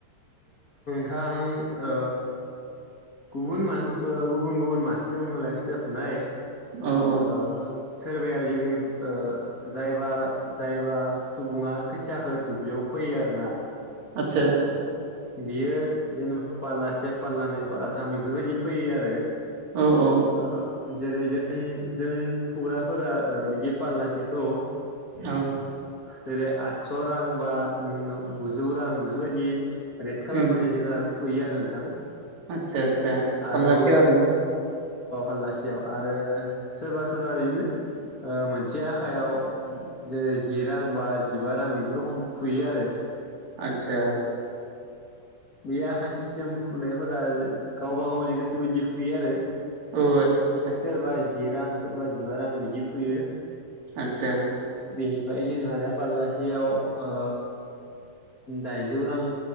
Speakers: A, on the left; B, on the right.
A: आं ओ गुबुन मान ओ-गुबुन-गुबुन मानसि दंङोनालाय खायथिा फुनाय।
B: औ औ
A: ओ <inaudible> सोरबाया जेरै ओ जायबा-जायबा सुबुङा खोथियाखो दुब्लियाव फैयो आरोना।
B: आतसा
A: ओ बियो जेनेबा फालला से फालला नै फाललाथाम बेफोरबायदि फैयो आरो।
B: औ औ
A: आ जेरै जों जों फुग्राफोरा बिदि फालासेखौ ओ
B: औ
A: जेरै स रां बा उम गुजौ रां बेफोरबायदि। रेड खालामलारनानै
B: उम
A: जोंङो आरो फुयो आरो नोंथां।
B: आतसा आतसा
A: आरो
B: फाललासेयाव ना
A: आलासियाव आरो सोरबा सोरबा बिदिनो ओ मोनसे आखायाव जेरै जि रां बाजिबा रां बेफोर रखम फुयो आरो
B: आथसा।
A: बे आखा सिस्टेम फुनायफोरा गावबा गावनि गोसो बायदि फुयो आरो
B: औ आतसा
A: सोरबा जिरां सोरबा जिबा रां बिदि फैयो।
B: आतसा
A: बेनिफाय जों आरो फाललासेयाव ओ दाइनजौ रां।